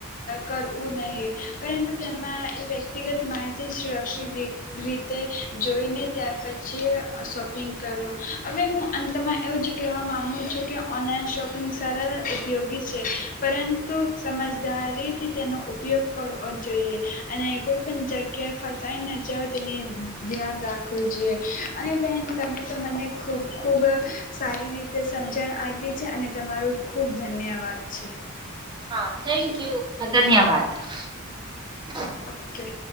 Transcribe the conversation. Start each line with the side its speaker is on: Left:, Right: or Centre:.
Left: કરવું નહીં પરંતુ તેમાં એ વ્યક્તિગત માહિતી તે સુરક્ષિત દ રીતે જોઈને ત્યાર પછી શોપિંગ કરો હવે હું અંતમાં એવું જ કહેવા માંગુ જોકે ઓનલાઈન શોપિંગ સરળ ઉપયોગી છે પરંતુ સમજદારીથી તેનો ઉપયોગ કરવો જોઈએ અને કોઈપણ જગ્યાએ ફસાઈને જ તેને ધ્યાન રાખવું જોઈએ અને બહેન તમે તો મને ખૂબ ખૂબ સારી રીતે સમજણ આપી છે અને તમારું ખૂબ ધન્યવાદ છે.
Right: હા થેન્ક યુ ધન્યવાદ. <inaudible>
Left: ઓકે.